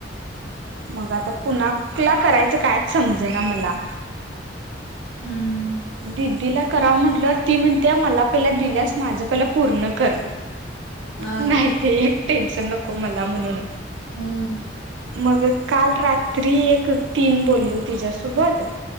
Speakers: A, on the right; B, on the left.
A: मग आता कुणाला करायचं कायच समजे ना मला.
B: हम्म
A: दिदीला कराव म्हंटलवर ती म्हण. त्या मला पहिल्या दिल्यास माझं पहिलं पूर्ण कर
B: हा
A: नाही ते एक. टेन्शन नको मला म्हणून
B: हम्म
A: मग काल रात्री एक तीन बोललो तिच्या्यासोबत